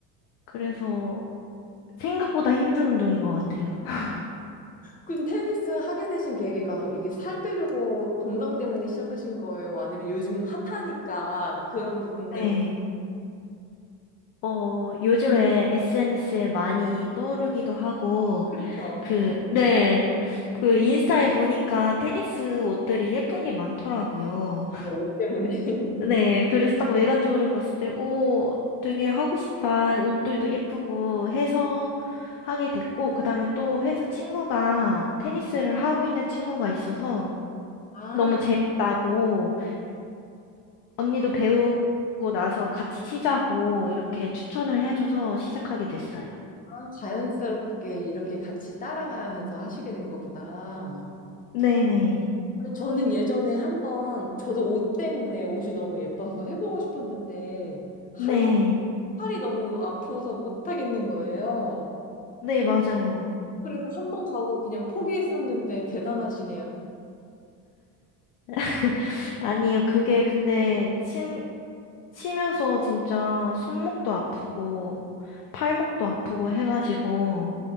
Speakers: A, on the left; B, on the left.
A: 그래서 생각보다 힘든 운동인 것 같아요. <laughs>
B: 그럼 테니스 하게 되신 계기가 이게 살 빼려고 건강 때문에 시작하신 거예요? 아니면 요즘 핫하니까 그런 부분
A: 네.
B: 때문에요?
A: 어, 요즘에 SNS에 많이 떠오르기도 하고,
B: 그렇죠
A: 그, 네. 그 인스타에 보니까 테니스 옷들이 예쁜 게 많더라고요.
B: 옷 때문에. <laughs>
A: 네, 그래서 딱 외관적으로 봤을 때, 오, 되게 하고 싶다. 옷들도 예쁘고 해서 하게 됐고, 그 다음에 또 회사 친구가 테니스를 하고 있는 친구가 있어서
B: 아,
A: 너무 재밌다고, 언니도 배우고 나서 같이 치자고 이렇게 추천을 해줘서 시작하게 됐어요.
B: 아, 자연스럽게 이렇게 같이 따라가면서 하시게 된 거구나.
A: 네네.
B: 아니, 저는 예전에 한번 저도 옷 때문에 옷이 너무 예뻐서 해보고 싶었는데 한
A: 네.
B: 번 팔이 너무 아파서 못 하겠는 거예요.
A: 네, 맞아요.
B: 그래서 한 번 가고 그냥 포기했었는데 대단하시네요.
A: <laughs> 아니에요. 그게 근데 친, 치면서 진짜 손목도 아프고 팔목도 아프고 해가지고